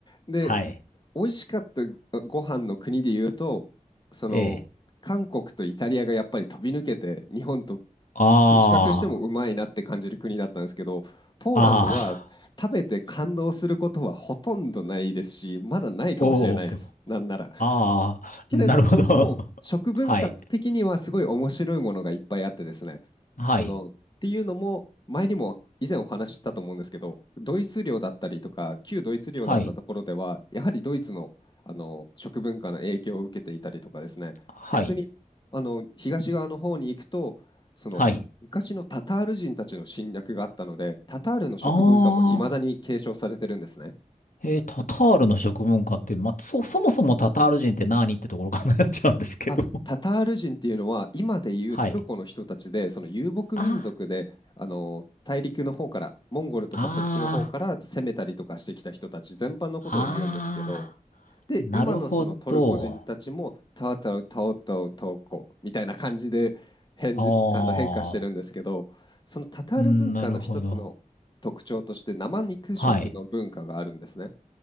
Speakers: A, on the left; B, on the left.
A: で、
B: はい、
A: 美味しかったご飯の国で言うと、その、
B: ええ、
A: 韓国とイタリアがやっぱり飛び抜けて、日本と
B: あ
A: 比較してもうまいなって感じる国だったんですけど、ポーランドは食べて感動することはほとんどないですし、
B: あ、ああ、
A: まだないかもしれないです。
B: おお、
A: なんなら。
B: ああ、
A: けれども、
B: なるほど。
A: 食文化的にはすごい面白いものがいっぱいあってですね。
B: <laughs> はい、はい、
A: その、っていうのも、前にも以前お話ししたと思うんですけど、ドイツ領だったりとか、旧ドイツ領だったところでは、
B: はい、
A: やはりドイツの、あの食文化の影響を受けていたりとかですね、
B: はい、
A: 逆にあの東側の方に行くと、その昔のタタール人たちの侵略があったので、
B: はい。
A: タタールの食文化もいまだに継承されてるんですね。
B: ああ、えー、タタールの食文化って、まあ、そ、そもそもタタール人って何ってところからなっちゃうんですけど。
A: あ、タタール人っていうのは今でいうトルコの人たちでその遊牧民族であの大陸の方からモンゴルとかそっちの方から攻めたりとかしてきた人たち全般のことを言うんですけど
B: はい。あ、ああ、ああ、
A: で今のそのトルコ人たちもタウタウタオタウトウコみたいな感じで変じ、
B: なるほど。ああ、
A: あの変化してるんですけどそのタタール文化の一つの特徴として生肉食の文化があるんですね。
B: うんなるほど。はい。